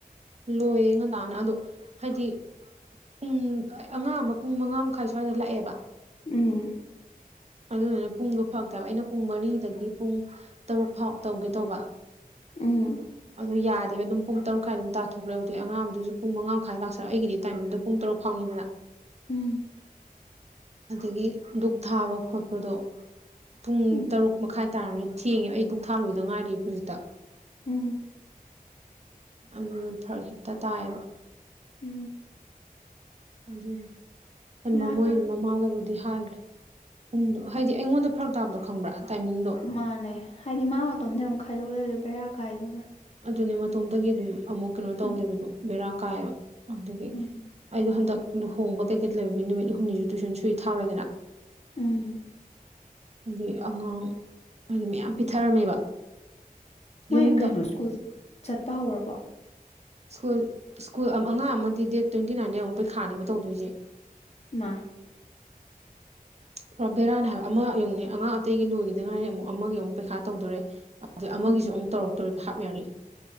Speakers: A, on the right; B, on the left.
A: ꯂꯣꯏꯌꯦ ꯉꯟꯇꯥꯅ ꯑꯗꯣ ꯍꯥꯏꯗꯤ ꯄꯨꯡ ꯑꯉꯥꯡ ꯑꯃ ꯄꯨꯡ ꯃꯉꯥ ꯃꯈꯥꯏ ꯁ꯭ꯋꯥꯏꯗ ꯂꯥꯛꯑꯦꯕ
B: ꯎꯝ
A: ꯑꯗꯨꯗꯨꯅ ꯄꯨꯡꯗꯣ ꯐꯔꯛꯇꯕ ꯑꯩꯅ ꯄꯨꯡ ꯃꯔꯤꯗꯒꯤ ꯄꯨꯡ ꯇꯔꯨꯛ ꯐꯥꯎ ꯇꯧꯒꯦ ꯇꯧꯕ
B: ꯎꯝ
A: ꯑꯗꯨ ꯌꯥꯗꯦꯕ ꯑꯗꯨꯝ ꯄꯨꯡ ꯇꯔꯨꯛ ꯃꯈꯥꯏ ꯑꯗꯨꯝ ꯇꯥꯊꯣꯛꯈ꯭ꯔꯦ ꯑꯗꯨꯗꯩꯩ ꯑꯉꯥꯡ ꯑꯃꯗꯨꯁꯨ ꯄꯨꯡ ꯝꯉꯥ ꯃꯈꯥꯏ ꯇꯥꯁꯜꯂꯛ ꯑꯩꯒꯤꯗꯤ ꯇꯥꯏꯃꯤꯡꯗꯣ ꯄꯨꯡ ꯇꯔꯨꯛ ꯐꯥꯎꯅꯤꯗꯅ
B: ꯎꯝ
A: ꯑꯗꯨꯒꯤ ꯗꯨꯛ ꯊꯥꯕ ꯈꯣꯠꯄꯗꯣ ꯄꯨꯡ
B: ꯎꯝ
A: ꯇꯔꯨꯛ ꯃꯈꯥꯏ ꯇꯥꯥꯔꯅꯤ ꯊꯦꯡꯉꯦꯕ ꯑꯩ ꯗꯨꯛ ꯊꯥ ꯂꯣꯏꯗ ꯉꯥꯏꯔꯤꯕ ꯍꯧꯖꯤꯛꯇ
B: ꯎꯝ
A: ꯑꯗꯨ ꯐꯔꯛ ꯍꯤꯛꯇ ꯇꯥꯏꯌꯦꯕ
B: ꯎꯝ
A: ꯑꯗꯨꯏ ꯑꯩ
B: ꯌꯥ
A: ꯃꯃꯣꯏ ꯃꯃꯥ ꯃꯣꯏꯗꯗꯤ ꯍꯥꯏꯈ꯭ꯔꯦ ꯄꯨꯡꯗꯣ ꯍꯥꯏꯗꯤ ꯑꯩꯉꯣꯟꯗ ꯐꯔꯛ ꯇꯥꯕꯗꯣ ꯈꯪꯕ꯭ꯔꯥ ꯇꯥꯏꯃꯤꯡꯗꯣ
B: ꯃꯥꯅꯦ ꯍꯥꯏꯗꯤ ꯃꯥ ꯃꯇꯣꯝꯇ ꯑꯃꯨꯛ ꯈꯥꯏꯗꯣꯛꯂꯩꯔꯥ ꯕꯦꯔꯥ ꯀꯥꯏꯗꯅ
A: ꯑꯗꯨꯅꯦ ꯃꯇꯣꯝꯗꯒꯤ ꯑꯗꯨꯝ ꯑꯃꯨꯛ ꯀꯩꯅꯣ ꯇꯧꯂꯩꯕꯗꯣ
B: ꯎꯝ
A: ꯕꯦꯔꯥ ꯀꯥꯏꯌꯦꯕ ꯑꯗꯨꯒꯤ
B: ꯎꯝ
A: ꯑꯩꯗꯣ ꯍꯟꯗꯛ ꯂꯨꯍꯣꯡꯕ ꯀꯩꯀꯩ ꯂꯩꯕ ꯅꯨꯃꯤꯠ ꯍꯨꯝꯅꯤ ꯅꯠꯇꯔꯁꯨ ꯁꯣꯏ ꯊꯥꯎꯔꯦꯗꯅ
B: ꯎꯝ
A: ꯑꯗꯨꯒꯤ ꯑꯉꯥꯡ ꯍꯥꯏꯕꯗꯤ ꯌꯥꯝ ꯄꯤꯊꯔꯝꯃꯦꯕ
B: ꯃꯣꯏ
A: ꯌꯨꯝꯗ
B: ꯀꯩꯅꯣ ꯁꯀꯨꯜ ꯆꯠꯄ ꯍꯧꯔꯕꯣ
A: ꯁ꯭ꯀꯨꯜ ꯁ꯭ꯀꯨꯜ ꯑꯉꯥꯡ ꯑꯃꯗꯤ ꯗꯦꯠ ꯇꯋꯦꯟꯇꯤ ꯅꯥꯏꯟꯗꯩ ꯑꯃꯨꯛ ꯄꯩꯈꯥꯅꯦꯕ ꯇꯧꯗꯣꯏꯁꯦ
B: ꯃꯥ
A: ꯄꯨꯔꯥ ꯕꯦꯔꯥꯅꯦ ꯍꯥꯏꯕ ꯑꯃ ꯌꯦꯡꯉꯨꯅꯦ ꯑꯉꯥꯡ ꯑꯇꯩꯒꯤ ꯂꯣꯏꯈꯤꯗ ꯉꯥꯏꯔꯤ ꯑꯃꯨꯛ ꯑꯃꯒꯤ ꯑꯃꯨꯛ ꯄꯩꯈꯥ ꯇꯧꯗꯣꯔꯦ ꯑꯗꯩ ꯑꯃꯒꯤꯁꯨ
B: ꯎꯝ
A: ꯑꯃꯨꯛ ꯇꯧꯔꯛꯇꯣꯔꯦꯕ ꯍꯥꯞ ꯋꯔꯦ